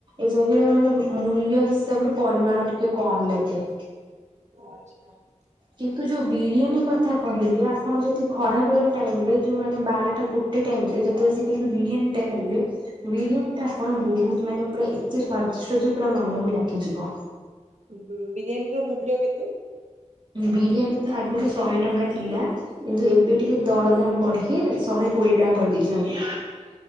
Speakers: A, on the right (about 40°); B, on the right (about 65°).
A: ଏସଥିରେ ମାନେ ମୂଲ୍ୟ ହିସାବରେ ପରିମାଣ ଟିକେ କମ ଲାଗେ
B: ଓ ଆଚ୍ଛା
A: କିନ୍ତୁ ଯୋଉ ବିରିୟାନୀ କଥା କହିଲି ଆପଣ ଯଦି ଖରା ବେଳ ଟାଇମ ରେ ଯୋଉ ମାନେ ବାରଟା ଗୋେ ଗୋଟ ଟାଇ ରେ ଯଦି ଆିକଠି ବିରିୟାନୀ ଟା ଖାଇବେ ବିରିୟାନୀ ତ ଆପଣ ବହୁତ ମାନେ ପୁରା ଏତେ ସ୍ଵାଦିଷ୍ଟ ଯେ ପୁରା ମନକୁ ଲାଖିଯିବ
B: ଁ ବିରିୟାନୀର ମୂଲ୍ୟ କେତେ
A: ବିରିୟାନୀ ତ ଆଗରୁ ଶହେ ଟଙ୍କା ଥିଲା କିନ୍ତୁ ଏବେ ଟିକେ ଦର ଦାମ ବଢିକି ଶହେ କୋଡିଏ ଟଙ୍କା କରିଦେଇଛନ୍ତି